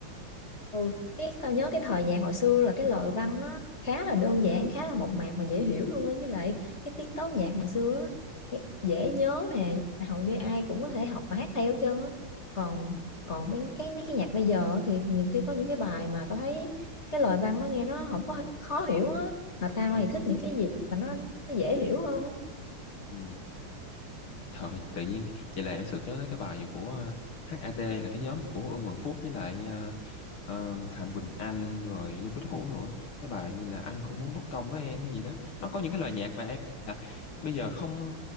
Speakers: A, on the left; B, on the left.
A: ừ cái tao nhớ cái thời nhạc hồi xưa là cái lời văn nó khá là đơn giản khá là mộc mạc mà dễ hiểu luôn á với lại cái tiết tấu nhạc ngày xưa á dễ dễ nhớ nè hầu như ai cũng có thể học và hát theo hết trơn á còn còn mấy cái mấy cái nhạc bây giờ thì nhiều khi có những cái bài mà tao thấy cái lời văn nó nghe nó không có khó hiểu á mà tao
B: Ừ.
A: thì thích những cái gì mà nó nó dễ hiểu hơn á
B: Ừ. Trời, tự nhiên vậy là em sực nhớ tới cái bài của ờ, HAT là cái nhóm của Ưng Hoàng Phúc với lại ờ, ờ, Phạm Quỳnh Anh rồi Lưu Bích Hữu rồi á. Cái bài như là anh không muốn bất công với em gì đó. Nó có những cái lời nhạc mà em à, bây giờ không